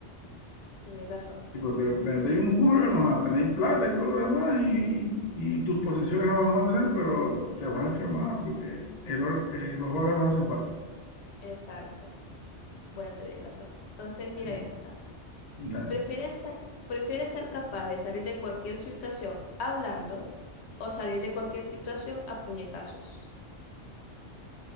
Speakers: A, on the left; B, on the left.
A: Tenéis razón.
B: Sí, porque vendéis un órgano, ah, tenéis plata y todo lo demás y, y tus posesiones no vas a mantener, pero te vas a enfermar porque el or- eh, los órganos hacen falta.
A: Exacto. Bueno, tenéis razón. Entonces, mira
B: Sí,
A: esta.
B: dale,
A: ¿Prefieres, sa- prefieres ser capaz de salir de cualquier situación hablando o salir de cualquier situación a puñetazos?